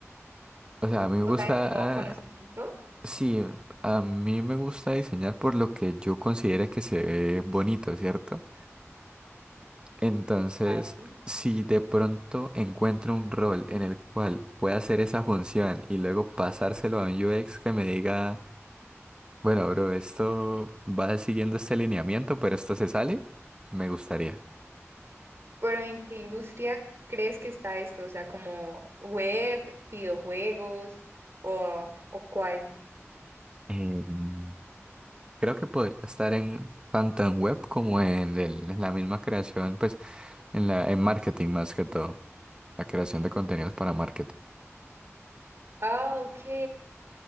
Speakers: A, on the right (about 20°); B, on the right (about 55°).
A: O sea, a mí me
B: O
A: gusta,
B: sea, como conocimiento.
A: sí, a mí me gusta diseñar por lo que yo considere que se ve bonito, ¿cierto? Entonces,
B: Vale.
A: si de pronto encuentro un rol en el cual pueda hacer esa función y luego pasárselo a un UX que me diga, bueno, bro, esto va siguiendo este lineamiento, pero esto se sale, me gustaría.
B: Pero ¿en qué industria crees que está esto? O sea, como web, videojuegos o, o cuál.
A: Em, Creo que podría estar en tanto en web como en, el- en la misma creación, pues en la en marketing más que todo, la creación de contenidos para marketing.
B: Ah, ok.